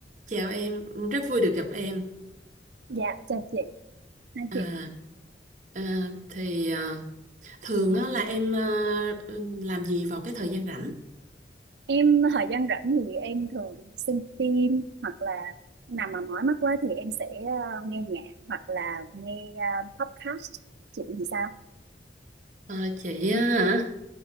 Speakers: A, on the right; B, on the right.
A: Chào em, rất vui được gặp em.
B: Dạ, chào chị, hai
A: À,
B: chị.
A: à, thì à, thường á, là em à, làm gì vào cái thời gian rảnh?
B: Em thời gian rảnh thì em thường xem phim hoặc là nào mà mỏi mắt quá thì em sẽ ờ, nghe nhạc hoặc là nghe ờ, podcast. Chị thì sao?
A: À, chị á hả?